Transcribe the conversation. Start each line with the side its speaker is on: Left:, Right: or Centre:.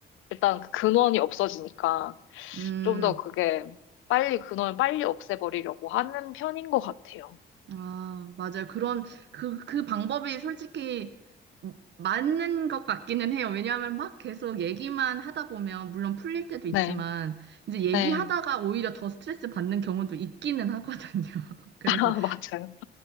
Left: 일단 그 근원이 없어지니까
Right: 음,
Left: 좀 더 그게 빨리 근원을 빨리 없애버리려고 하는 편인 것 같아요.
Right: 아, 맞아요. 그런, 그, 그 방법이 솔직히 어, 맞는 것 같기는 해요. 왜냐하면 막 계속 얘기만 하다 보면, 물론 풀릴 때도
Left: 네,
Right: 있지만, 이제 얘기하다가
Left: 네,
Right: 오히려 더 스트레스 받는 경우도 있기는 하거든요. <laughs> 그래서
Left: <laughs> 아, 맞아요.